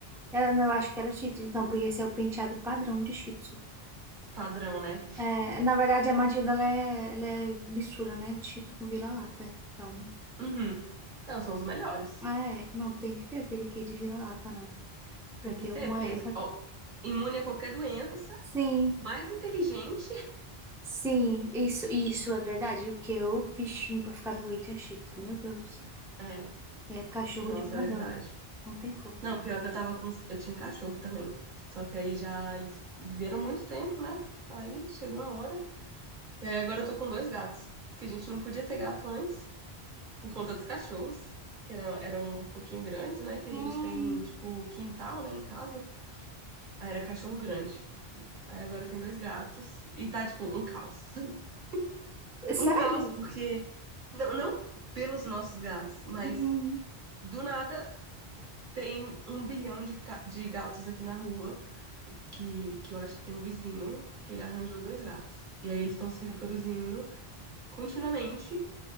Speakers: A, in the centre; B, on the right (about 50°).
A: Eu, não, eu acho que era Shih Tzu, então, porque esse é o penteado padrão de Shih Tzu.
B: Padrão, né?
A: É, na verdade, a Matilda ela é, ela é mistura, né? De Shih Tzu com vira-lata. Então,
B: Uhum. Não, são os melhores.
A: é, não tem que ter aquele quê de vira-lata, né? Pra
B: Tem
A: ter
B: que ter,
A: uma.
B: porque aí,
A: é, pra-
B: ó, imune a qualquer doença
A: Sim.
B: mais inteligente.
A: Sim, isso, isso é verdade. o que eu, bichinho, pra ficar doente é chique. Meu Deus do céu.
B: É,
A: É cachorro
B: nossa,
A: de madame.
B: é verdade.
A: Não tem como.
B: Não, pior que eu tava com. Eu tinha cachorro também. Só que aí já eles viveram muito tempo, né? Aí chegou a hora. E aí agora eu tô com dois gatos. Que a gente não podia ter gato antes, por conta dos cachorros, que eram, eram um pouquinho grandes, né? Que
A: Hum,
B: a gente tem, tipo, quintal, né, em casa. Aí era cachorro grande. Aí agora tem dois gatos. E tá, tipo, um caos. <laughs>
A: sério?
B: Um caos, porque. Não, não pelos nossos gatos, mas
A: Hum.
B: do nada Tem um bilhão de, ca- de gatos aqui na rua, que, que eu acho que tem um vizinho, que ele arranjou dois gatos. E aí eles estão se reproduzindo continuamente.